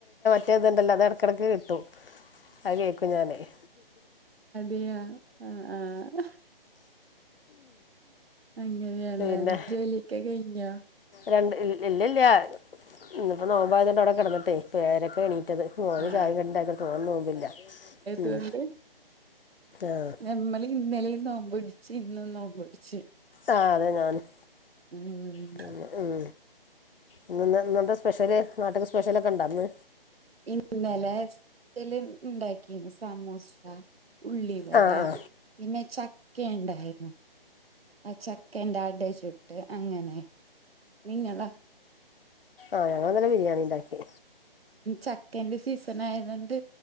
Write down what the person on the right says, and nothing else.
യ്യാ ആ ആഹ് അങ്ങനെയാൺല്ലേ
ജോലിയൊക്കെ കഴിഞ്ഞാ
ആ
രണ്ട്
നമ്മള് ഇന്നലീം നോമ്പ്ടിച്ച് ഇന്നും നോമ്പ്ടിച്ച്
ഉം
ഇന്നലെ സ്പെഷ്യല്ണ്ടാക്കീന്ന് സമൂസ ഉള്ളിവട
പിന്നെ ചക്കണ്ടായിര്ന്ന് ആ ചക്കന്റെ അട ചുട്ട് അങ്ങനെ നിങ്ങളോ
ചക്കേന്റെ സീസണായതോണ്ട്